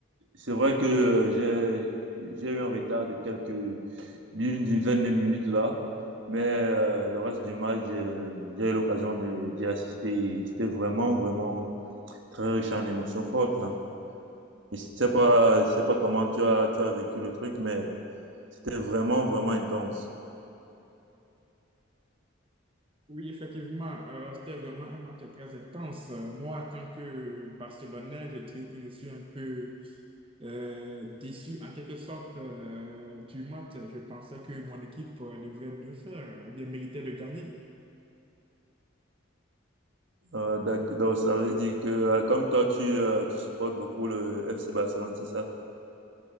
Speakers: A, on the right (about 65°); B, on the right (about 25°).
A: c'est vrai que euh, j'ai j'ai eu un retard de quelques d'une dizaine de minutes là, mais euh, le reste du match j'ai j'ai eu l'occasion de d'y assister. C'était vraiment vraiment très riche en émotions fortes. hein. Je sais pas, je sais pas comment tu as, tu as vécu le truc, mais c'était vraiment, vraiment intense.
B: Oui, effectivement, euh, c'était vraiment un match très intense. Euh, Moi, en tant que Barcelonais, je dirais que je suis un peu euh, déçu en quelque sorte euh, du match. Je pensais que mon équipe euh, devrait mieux faire, euh, ou bien méritait de gagner.
A: Euh, d'ac- donc, ça veut dire que, euh, comme toi, tu, euh, tu supportes beaucoup le FC Barcelone, c'est ça?